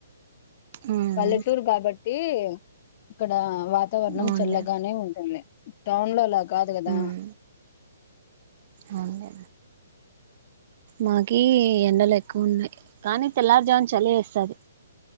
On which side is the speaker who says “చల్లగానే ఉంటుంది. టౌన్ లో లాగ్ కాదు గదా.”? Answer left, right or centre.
Left